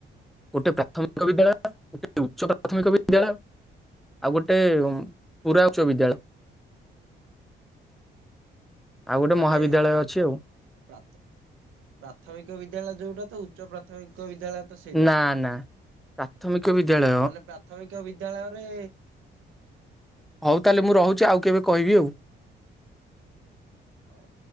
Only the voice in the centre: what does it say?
ଗୋଟେ ପ୍ରାଥମିକ ବିଦ୍ୟାଳୟ ଗୋଟେ ଉଚ ପ୍ରାଥ ପ୍ରାଥମିକ ବିଦ୍ୟାଳୟ ଆଉ ଗୋଟେ ପୁରା ଉଚ୍ଚ ବିଦ୍ୟାଳୟ
ଆଉ ଗୋଟେ
ମହାବିଦ୍ୟାଳୟ ଅଛି ଆଉ
ନା ନା ପ୍ରାଥମିକ ବିଦ୍ୟାଳୟ
ହଉ ତାହେଲେ ମୁଁ ରହୁଚି ଆଉ କେବେ କହିବି ଆଉ।